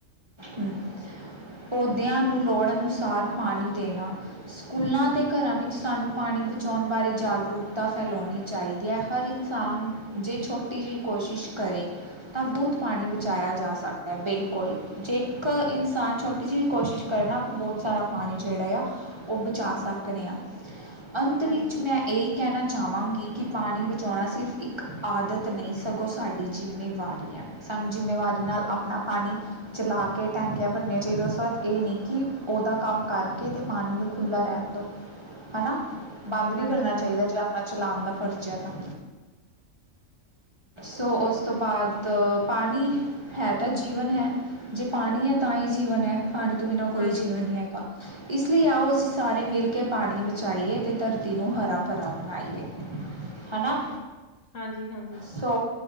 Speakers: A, on the right; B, on the left.
A: ਹੂੰ। ਪੌਦੇਆਂ ਨੂੰ ਲੋੜ ਅਨੁਸਾਰ ਪਾਨੀ ਦੇਨਾ, ਸੁਕੂਲਾਂ ਤੇ ਘਰਾਂ ਵਿੱਚ ਸਾਨੂੰ ਪਾਣੀ ਬਚਾਓਨ ਬਾਰੇ ਜਾਗਰੂਕਤਾ ਫੈਲੋਨੀ ਚਾਈਦੀ ਐ, ਹਰ ਇਨਸਾਨ ਜੇ ਛੋਟੀ ਜਿਹੀ ਕੋਸ਼ਿਸ਼ ਕਰੇ, ਤਾਂ ਬਹੁਤ ਪਾਣੀ ਬਚਾਇਆ ਜਾ ਸਕ ਹਾ ਬਿਲਕੁਲ, ਜੇ ਇੱਕ ਇਨਸਾਨ ਛੋਟੀ ਜਿਹੀ ਕੋਸ਼ਿਸ਼ ਕਰੇ ਨਾ, ਆਪਾਂ ਬਹੁਤ ਸਾਰਾ ਪਾਣੀ ਜਿਹੜਾ ਆ ਉਹ ਬਚਾ ਸਕਨੇ ਆ, ਅੰਤ
B: ਹਾਂਜੀ,
A: ਵਿੱਚ ਮੈਂ ਇਹ ਕਹਿਣਾ ਚਾਹਵਾਂਗੀ, ਕਿ ਪਾਣੀ ਬਚਾਣਾ ਸਿਰਫ ਇੱਕ ਆਦਤ ਨਹੀਂ ਸਗੋਂ ਸਾਡੀ ਜ਼ਿੰਮੇਵਾਰੀ ਹੈ। ਸਾਨੂੰ ਜ਼ਿੰਮੇਵਾਰੀ ਨਾਲ ਆਪਣਾ ਪਾਣੀ ਚਲਾ ਕੇ ਟੈਂਕੀਆਂ ਭਰਨੀਆਂ ਚਾਹੀਦੀਆਂ, ਉਸ ਬਾਅਦ ਇਹ ਨਹੀਂ ਕਿ ਉਹਦਾ ਕੰਮ ਕਰਕੇ ਅਤੇ ਪਾਣੀ ਨੂੰ ਖੁੱਲ੍ਹਾ ਰਹਿਣ ਦੋ। ਹੈਨਾ, ਬੰਦ ਵੀ
B: ਹਾਂਜੀ,
A: ਕਰਨਾ
B: ਹਾਂ
A: ਚਾਹੀਦਾ, ਜੇ ਆਪਣਾ ਚਲਾਣ ਦਾ ਫਰਜ਼ ਹੈ ਤਾਂ ਸੋ ਉਸ ਤੋਂ ਬਾਅਦ ਪਾਣੀ, ਹੈ ਤਾਂ ਜੀਵਨ ਹੈ। ਜੇ ਪਾਣੀ ਹੈ, ਤਾਂ ਹੀ ਜੀਵਨ ਹੈ। ਪਾਣੀ ਤੋਂ ਬਿਨਾਂ ਕੋਈ
B: ਹਾਂਜੀ,
A: ਜੀਵਨ ਨੀ ਹੈਗਾ, ਇਸ ਲਈ ਆਓ ਅਸੀਂ ਸਾਰੇ ਮਿਲ ਕੇ ਪਾਣੀ ਵਿੱਚ ਬਚਾਈਏ, ਤੇ ਧਰਤੀ ਨੂੰ ਹਰਾ ਭਰਾ ਬਨਾਈਏ, ਹੈ ਨਾ,
B: ਹਾਂਜੀ-ਹਾਂਜੀ,
A: ਸੋ